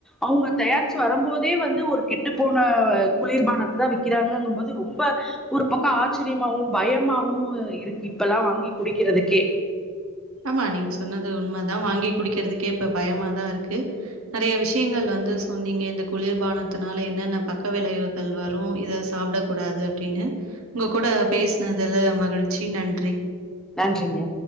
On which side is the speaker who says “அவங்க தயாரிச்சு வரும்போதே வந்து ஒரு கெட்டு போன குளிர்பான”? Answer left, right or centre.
Centre